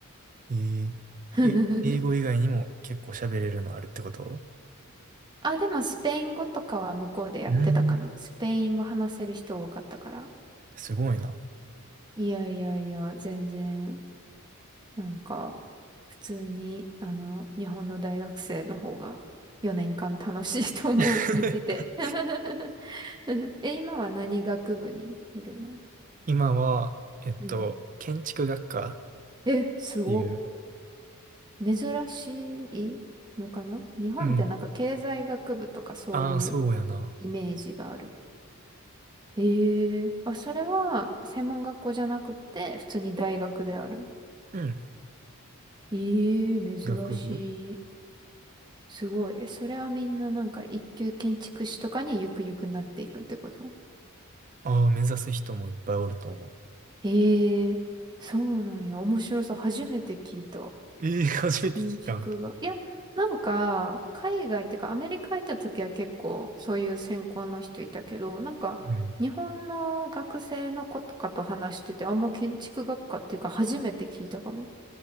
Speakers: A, on the right (about 35°); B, on the right (about 20°).
A: え
B: <laughs>
A: ー、え、英語以外にも結構喋れるのあるってこと
B: あ、でもスペイン語とかは向こうでやってたかな。
A: うん、
B: スペイン語話せる人多かったから。
A: すごいな。
B: いやいやいや、全然、なんか、普通に、あの、日本の大学生の方が4年間楽しいと思う、
A: <laughs>
B: 見てて。<laughs> え、今は何学部にいるの
A: 今は、えっと、
B: うん。
A: 建築学科っ
B: え、すごっ。
A: ていう。
B: 珍しいのかな日本ってなんか経済学部とかそういう
A: うん。ああ、そうやな。
B: イメージがある。ええあ、それは専門学校じゃなくて普通に大学である。
A: うん。
B: ええ珍しい。
A: 学部
B: すごい。えそれはみんななんか一級建築士とかにゆくゆくなっていくってこと
A: ああー、目指す人もいっぱいおると思
B: ええそうなんや。面白そう。初めて聞いた。
A: う。ええ <laughs> 初めて聞いた。
B: 建築が。
A: う
B: いや、なんか、海外っていうか、アメリカ行った時は結構、そういう専攻の人いたけど、なんか、
A: ん。
B: 日本の学生の子とかと話してて、あんま建築学科っていうか、初めて聞いたかも。